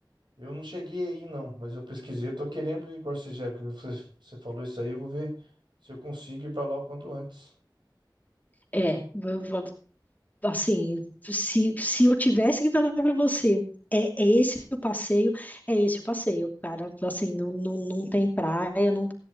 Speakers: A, on the right (about 75°); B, on the left (about 20°).
A: eu não cheguei aí, não, mas eu pesquisei, eu tô querendo ir. Agora você já que você, você falou isso aí, eu vou ver se eu consigo ir para lá o quanto antes.
B: é, eu vou- assim, se, se eu tivesse que falar para você, é, é esse o passeio, é esse o passeio, cara. Assim, não, não, não tem praia, não,